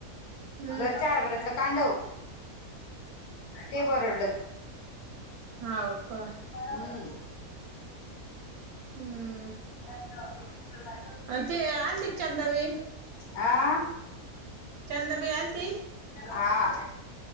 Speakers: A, on the right (about 75°); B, on the left (about 85°).
A: हम्म
B: दर चार घरत. अ तांडव ते भरडले.
A: हाव का.
B: हम्म.
A: हम्म.
B: <unintelligible>
A: आणि ती आलती का चंदाबाई?
B: आं?
A: चंदाबाई आलती?
B: हां.